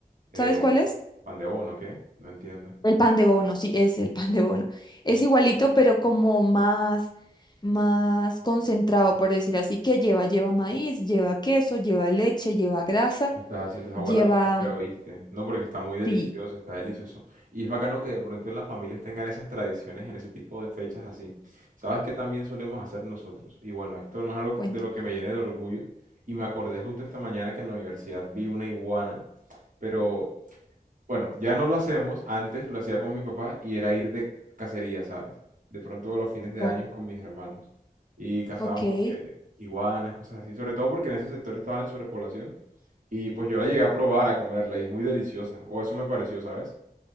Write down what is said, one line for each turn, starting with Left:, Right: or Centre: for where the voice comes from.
Right: Eh,
Left: ¿sabes cuál es?
Right: pan de bono, ¿qué? No entiendo.
Left: El pan de bono, sí, es el pan de bono. Es igualito, pero como más, más concentrado, por decir así, que lleva, lleva maíz, lleva queso, lleva leche, lleva grasa,
Right: Me estás haciendo es
Left: lleva,
Right: agua a la boca, ¿oíste? No, porque está muy delicioso,
Left: sí,
Right: está delicioso. Y es bacano que de pronto en las familias tengan esas tradiciones en ese tipo de fechas así. ¿Sabes qué también solemos hacer nosotros? Y bueno, esto no es algo
Left: cuéntame.
Right: de lo que me llene de orgullo. Y me acordé justo esta mañana que en la universidad vi una iguana, pero Bueno, ya no lo hacemos, antes lo hacía con mi papá y era ir de cacería, ¿sabes? De pronto los fines de
Left: O-
Right: años con mis hermanos. Y cazábamos
Left: ok.
Right: que iguanas, cosas así, sobre todo porque en ese sector estaban en sobrepoblación. Y pues yo la llegué a probar, a comerla y es muy deliciosa, o eso me pareció, ¿sabes?